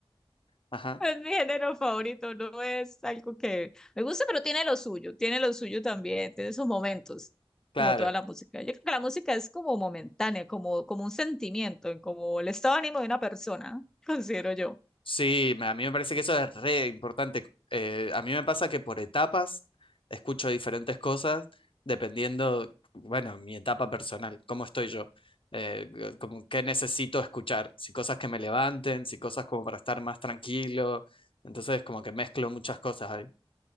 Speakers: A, on the left (about 65°); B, in the centre.
A: Ajá.
B: Es mi género favorito, no es algo que me gusta, pero tiene lo suyo, tiene lo suyo también, tiene sus momentos,
A: Claro,
B: como toda la música. Yo creo que la música es como momentánea, como, como un sentimiento, como el estado de ánimo de una persona, <laughs> considero yo.
A: Sí, me- a mí me parece que eso es re importante. Eh, a mí me pasa que por etapas escucho diferentes cosas dependiendo, bueno, mi etapa personal, cómo estoy yo, eh, g- como qué necesito escuchar, si cosas que me levanten, si cosas como para estar más tranquilo. Entonces, como que mezclo muchas cosas ahí.